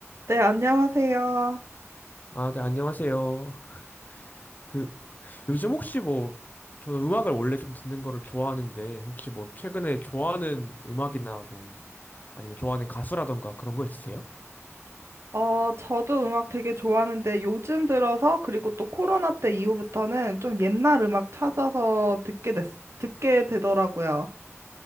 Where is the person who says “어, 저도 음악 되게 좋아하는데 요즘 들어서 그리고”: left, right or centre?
Right